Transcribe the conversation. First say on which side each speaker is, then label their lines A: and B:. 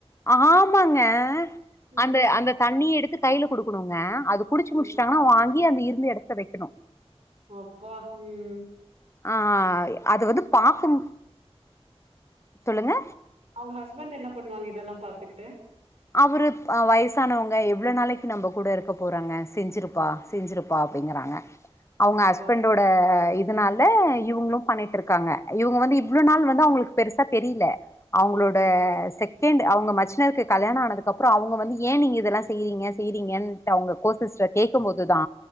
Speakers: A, on the left (about 25°); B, on the right (about 70°).
A: ஆமாங்க
B: ம்
A: அந்த அந்த தண்ணி எடுத்து கையில கொடுக்கணுங்க அது குடிச்சு முடிச்சாங்கா
B: ம்
A: வாங்கி எ அந்த இருந்து எடத்த வெக்கணு
B: அப்பா உம்
A: ஆஹ் அது வந்து பாக்கும் சொல்லுங்க
B: அவங்க ஹஸ்பண்ட் என்ன பண்ணுவாங்க இதெல்லா பாத்துக்ட்டு
A: அவரு வயசானவங்க எவ்வளவு நாளைக்கு நம்ப கூட இருக்க போறாங்க செஞ்சிருப்பா செஞ்சிருப்பா அப்படிங்கறாங்க அவங்க
B: அப்பா
A: ஹஸ்பண்டோட இ இதனால இவங்களு‌ பண்ணிட்ருக்காங்க இவங்க வந்து இவ்ளோ நாள் வந்து அவங்களுக்கு பெருசா தெரியல அவங்களோட
B: ம்
A: செக்கேண்ட் அவங்க மச்சினருக்கு கல்யாண ஆனதுக்கப்புறோ அவங்க வந்து ஏ நீங்க இதெல்லா செய்யிறீங்க செய்றீங்கன்ட்டு அவங்க கோ சிஸ்டர் கேட்கு போதுதா